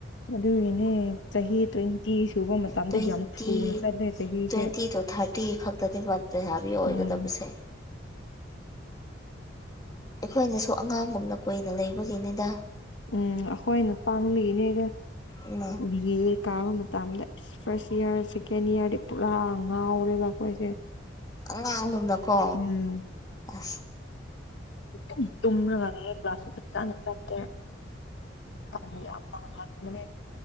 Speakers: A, on the left; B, on the left.
A: ꯑꯗꯨꯒꯤꯅꯦ ꯆꯍꯤ ꯇ꯭ꯋꯦꯟꯇꯤ ꯁꯨꯕ ꯃꯇꯝꯗ
B: ꯇ꯭ꯋꯦꯟꯇꯤ
A: ꯌꯥꯝ ꯊꯨꯅ ꯆꯠꯂꯦ ꯆꯍꯤꯁꯦ
B: ꯇ꯭ꯋꯦꯟꯇꯤ ꯊꯥꯔꯇꯤ ꯈꯛꯇꯅꯤꯕ ꯂꯩꯁꯕꯤ ꯑꯣꯏꯒꯗꯕꯁꯦ
A: ꯎꯝ
B: ꯑꯩꯈꯣꯏꯅꯁꯨ ꯑꯉꯥꯡꯒꯨꯝꯅ ꯀꯨꯏꯅ ꯂꯩꯕꯒꯤꯅꯤꯗ
A: ꯎꯝ ꯑꯩꯈꯣꯏꯅ ꯄꯥꯡꯂꯤꯒꯤꯅꯦꯗ
B: ꯎꯝ
A: ꯕꯤ ꯑꯦ ꯀꯥꯕ ꯃꯇꯝꯗ ꯐꯥꯔꯁ ꯏꯌꯥꯔ ꯁꯦꯀꯦꯟ ꯏꯌꯥꯔꯗꯤ ꯄꯨꯔꯥ ꯉꯥꯎꯔꯦꯕ ꯑꯩꯈꯣꯏꯁꯦ
B: ꯑꯉꯥꯡꯒꯨꯝꯅꯀꯣ
A: ꯎꯝ
B: ꯑꯁ
A: ꯑꯗꯨꯝ ꯇꯨꯝꯃꯒ ꯀ꯭ꯂꯥꯁ ꯉꯟꯇꯅ ꯆꯠꯀꯦ ꯃꯥꯇꯝ ꯌꯝ ꯃꯡꯍꯅꯕꯅꯦ